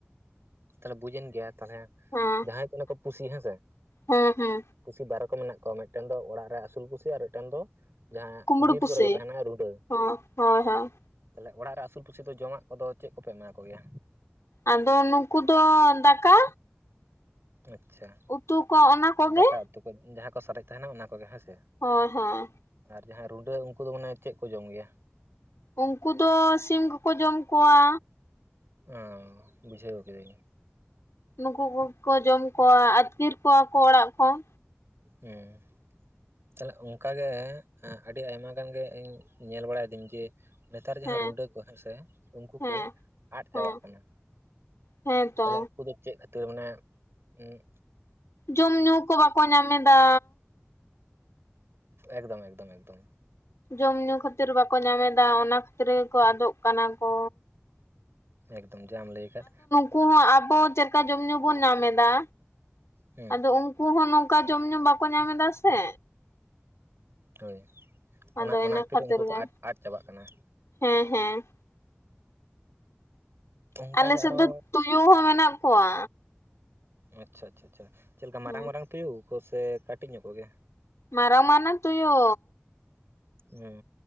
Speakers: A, on the right; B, on the left.
A: ᱛᱟᱦᱚᱞᱮ ᱵᱩᱡᱮᱱ ᱜᱮᱭᱟ ᱛᱟᱦᱚᱞᱮ
B: ᱦᱮᱸ
A: ᱡᱟᱦᱟᱸᱭ ᱠᱟᱱᱟ ᱠᱚ ᱯᱩᱥᱤ ᱦᱮᱸ ᱥᱮ
B: ᱦᱮᱸ ᱦᱮᱸ
A: ᱯᱩᱥᱤ ᱵᱟᱨ ᱨᱚᱠᱚᱢ ᱢᱮᱱᱟᱜ ᱠᱚᱣᱟ ᱾ ᱢᱤᱫᱴᱮᱱ ᱫᱚ ᱚᱲᱟᱜ ᱨᱮ ᱟᱹᱥᱩᱞ ᱯᱩᱥᱤ ᱟᱨ ᱢᱤᱫᱴᱮᱱ ᱫᱚ ᱡᱟᱦᱟᱸ
B: ᱠᱩᱢᱵᱽᱲᱩ
A: ᱵᱤᱨ
B: ᱯᱩᱥᱤ
A: ᱠᱚᱨᱮ ᱠᱚ ᱛᱟᱦᱮᱱᱟ ᱨᱩᱰᱟᱹ
B: ᱦᱚᱸ ᱦᱳᱭ ᱦᱳᱭ
A: ᱛᱟᱦᱚᱞᱮ ᱚᱲᱟᱜ ᱨᱮ ᱟᱹᱥᱩᱞ ᱯᱩᱥᱤ ᱫᱚ ᱡᱚᱢᱟᱜ ᱠᱚᱫᱚ ᱪᱮᱫ ᱠᱚᱯᱮ ᱮᱢᱟ ᱠᱚ ᱜᱮᱭᱟ?
B: ᱟᱫᱚ ᱱᱩᱠᱩ ᱫᱚ ᱫᱟᱠᱟ
A: ᱟᱪᱪᱷᱟ
B: ᱩᱛᱩ ᱠᱚ ᱚᱱᱟ ᱠᱚᱜᱮ
A: ᱫᱟᱠᱟ ᱩᱛᱩ ᱠᱚ ᱡᱟᱦᱟᱸ ᱠᱚ ᱥᱟᱨᱮᱡ ᱛᱟᱦᱮᱱᱟ ᱚᱱᱟ ᱠᱚᱜᱮ ᱦᱮᱸ ᱥᱮ
B: ᱦᱳᱭ ᱦᱳᱭ
A: ᱟᱨ ᱡᱟᱦᱟᱸᱭ ᱨᱩᱰᱟᱹ ᱩᱱᱠᱩ ᱫᱚ ᱢᱟᱱᱮ ᱪᱮᱫ ᱠᱚ ᱡᱚᱢ ᱜᱮᱭᱟ
B: ᱩᱱᱠᱩ ᱫᱚ ᱥᱤᱢ ᱠᱚᱠᱚ ᱡᱚᱢ ᱠᱚᱣᱟ
A: ᱚ ᱵᱩᱡᱷᱟᱹᱣ ᱠᱤᱫᱟᱹᱧ
B: ᱱᱩᱠᱩ ᱠᱚᱠᱚ ᱡᱚᱢ ᱠᱚᱣᱟ ᱟᱹᱛᱠᱤᱨ ᱠᱚᱣᱟ ᱠᱚ ᱚᱲᱟᱜ ᱠᱷᱚᱱ
A: ᱦᱩᱸ ᱛᱟᱦᱞᱮ ᱚᱱᱠᱟ ᱜᱮ ᱟᱹᱰᱤ ᱟᱭᱢᱟ ᱜᱟᱱ ᱜᱮ ᱤᱧ ᱧᱮᱞ ᱵᱟᱲᱟᱭ ᱫᱤᱧ ᱡᱮ ᱱᱮᱛᱟᱨ ᱡᱟᱦᱟᱸ
B: ᱦᱮᱸ
A: ᱨᱩᱰᱟᱹ ᱠᱚ ᱦᱮᱸ ᱥᱮ ᱩᱱᱠᱩ
B: ᱦᱮᱸ
A: ᱠᱚ ᱟᱫ ᱪᱟᱵᱟᱜ
B: ᱦᱮᱸ
A: ᱠᱟᱱᱟ
B: ᱦᱮᱸ ᱛᱚ
A: ᱛᱟᱦᱚᱞᱮ ᱩᱱᱠᱩ ᱫᱚ ᱪᱮᱫ ᱠᱷᱟᱹᱛᱤᱨ ᱢᱟᱱᱮ ᱩᱸᱜ
B: ᱡᱚᱢ ᱧᱩ ᱠᱚ ᱵᱟᱠᱚ ᱧᱟᱢ ᱮᱫᱟ
A: ᱮᱠᱫᱚᱢ ᱮᱠᱫᱚᱢ ᱮᱠᱫᱚᱢ
B: ᱡᱚᱢ ᱧᱩ ᱠᱷᱟᱹᱛᱤᱨ ᱵᱟᱠᱚ ᱧᱟᱢ ᱮᱫᱟ ᱚᱱᱟ ᱠᱷᱟᱹᱛᱤᱨ ᱜᱮᱠᱚ ᱟᱫᱚᱜ ᱠᱟᱱᱟ ᱠᱚ
A: ᱮᱠᱫᱚᱢ ᱡᱟᱢ ᱞᱟᱹᱭ ᱠᱟᱫ
B: ᱠᱩ ᱦᱚᱸ ᱟᱵᱚ ᱪᱮᱫ ᱞᱮᱠᱟ ᱡᱚᱢ ᱧᱩ ᱵᱚᱱ ᱧᱟᱢ ᱮᱫᱟ
A: ᱦᱮᱸ
B: ᱟᱫᱚ ᱩᱱᱠᱩ ᱦᱚᱸ ᱱᱚᱝ ᱠᱟ ᱡᱚᱢ ᱧᱩ ᱵᱟᱠᱚ ᱧᱟᱢ ᱮᱫᱟ ᱥᱮ
A: ᱦᱳᱭ ᱚᱱᱟ,
B: ᱟᱫᱚ
A: ᱚᱱᱟ
B: ᱤᱱᱟᱹ
A: ᱠᱷᱟᱹᱛᱤᱨ ᱩᱱᱠᱩ ᱠᱚ
B: ᱜᱮ
A: ᱟᱫ ᱟᱫ ᱪᱟᱵᱟᱜ ᱠᱟᱱᱟ
B: ᱦᱮᱸ ᱦᱮᱸ
A: ᱚᱱᱠᱟᱜᱮ
B: ᱟᱞᱮ ᱥᱮᱫ
A: ᱟᱨᱚ
B: ᱫᱚ ᱛᱩᱭᱩ ᱦᱚᱸ ᱢᱮᱱᱟᱜ ᱠᱚᱣᱟ
A: ᱟᱪᱪᱷᱟ ᱟᱪᱪᱷᱟ ᱪᱷᱟ ᱪᱮᱫ ᱞᱮᱠᱟ ᱢᱟᱨᱟᱝ
B: ᱦᱩᱸ
A: ᱢᱟᱨᱟᱝ ᱛᱩᱭᱩ ᱠᱚ ᱥᱮ ᱠᱟᱹᱴᱤᱡ ᱧᱚᱜ ᱠᱚᱜᱮ
B: ᱢᱟᱨᱟᱝ ᱢᱟᱨᱟᱝ ᱛᱩᱭᱩ
A: ᱦᱩᱸ